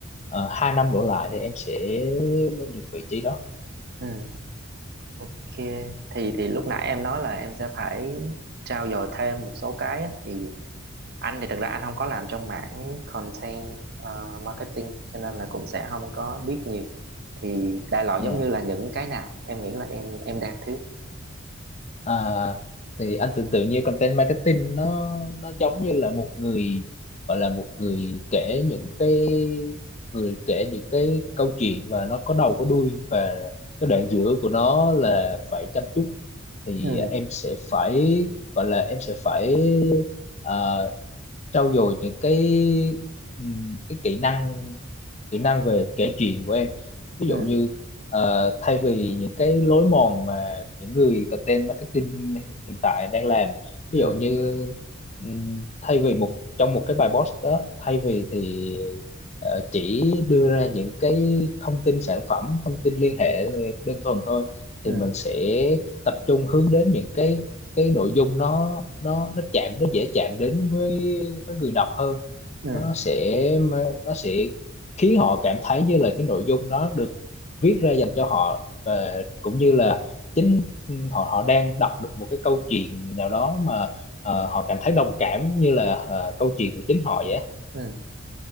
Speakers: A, on the left (about 35°); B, on the right (about 50°).
A: uh, 2 năm đổ lại thì em sẽ lên được vị trí đó.
B: ừ ok thì thì lúc nãy em nói là em sẽ phải trau dồi thêm một số cái á, thì anh thì thật ra anh không có làm trong mảng content ờ, marketing cho nên là cũng sẽ không có biết nhiều thì đại loại
A: Yeah.
B: giống như là những cái nào em nghĩ là em em đang thiếu
A: À, thì anh tưởng tượng như content marketing nó nó giống như là một người gọi là một người kể những cái người kể những cái câu chuyện và nó có đầu có đuôi và cái đoạn giữa của nó là phải chăm chút thì
B: ừ
A: em sẽ phải gọi là em sẽ phải à, trau dồi những cái ừm, cái kỹ năng kỹ năng về kể chuyện của em ví
B: ừ
A: dụ như ờ, thay vì những cái lối mòn mà những người content marketing hiện tại đang làm ví
B: ừ
A: dụ như ừm, thay vì một trong một cái bài post đó thay vì thì ờ, chỉ đưa ra những cái thông tin sản phẩm thông tin liên hệ ờ, đơn thuần thôi thì
B: ừ
A: mình sẽ tập trung hướng đến những cái cái nội dung nó nó nó chạm nó dễ chạm đến với với người đọc hơn
B: ừ
A: nó sẽ nó sẽ khiến họ cảm thấy như là cái nội dung đó được viết ra dành cho họ và cũng như là chính họ họ đang đọc được một cái câu chuyện nào đó mà ờ, họ cảm thấy đồng cảm như là ờ, câu chuyện của chính họ vậy á.
B: ừ